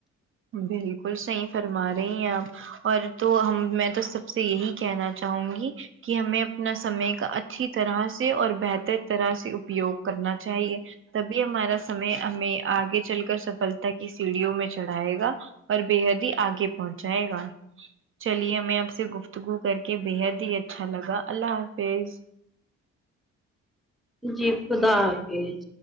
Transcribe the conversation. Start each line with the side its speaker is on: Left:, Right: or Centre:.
Right: بالکل صحیح فرمارہی ہیں آپ اور تو ہم میں تو سب سے یہی کہنا چاہوں گی کہ ہمیں اپنا سمے کا اچھا اچھی طرح سے اور بہتر طرح سے اپیوگ کرنا چاہیے تبھی ہمارا سمے ہمیں آگے چل کر سفلتا کی سیڑھیوں میں چڑ آئے گا اور بے حد ہی آگے پہنچائے گا چلیے میں آپ سے گف تگو کر کے بےحد ہی اچھا لگا اللہ حافظ
Centre: جی خدا حفیظ